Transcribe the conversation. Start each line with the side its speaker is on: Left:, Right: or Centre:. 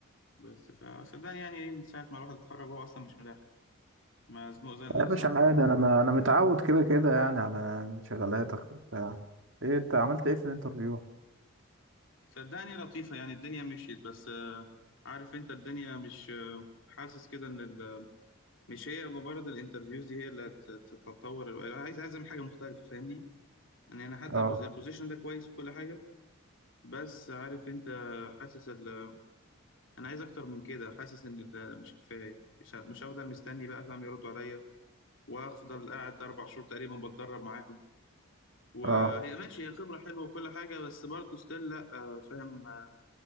Left: بس فصدقني يعني إيه، من ساعة ما الواحد اتخرج هو أصلا مش ملاحق مزنوق زنقة
Right: يا باشا
Left: صعب
Right: عادي انا ما انا متعود كده كده يعني على شغلاتك وبتاع ايه انت عملت ايه في الانترفيو
Left: صدقني لطيفة يعني الدنيا مشيت بس آه، عارف أنت الدنيا مش آه، حاسس كده إن ال مش هي مجرد الانترفيوز دي هي اللي هت- هتطور الو- أنا عايز عايز أعمل حاجه مختلفه فاهمني يعني انا حتى
Right: اه
Left: بوز- البوزيشن ده كويس وكل حاجه بس عارف انت حاسس ال... انا عايز اكتر من كده حاسس ان ال- مش كفايه مش ه- مش هفضل مستني بقى فاهم يردوا عليا وافضل قاعد اربع شهور تقريبا بتدرب معاهم وهي
Right: اه
Left: ماشي هي خبره حلوه وكل حاجه بس برضه ستيل لا آه، فاهم آه،